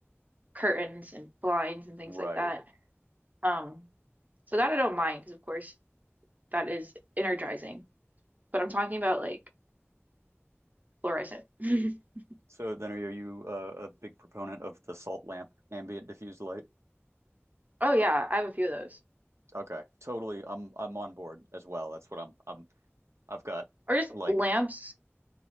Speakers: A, on the right; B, on the right.
A: curtains and blinds and things
B: Right.
A: like that. Um, so that I don't mind because of course that is energizing. But I'm talking about like fluorescent. <laughs>
B: So then are you uh, a big proponent of the salt lamp ambient diffused light?
A: Oh yeah, I have a few of those.
B: Okay. Totally. I'm I'm on board as well. That's what I'm I'm I've got
A: Or just
B: like
A: lamps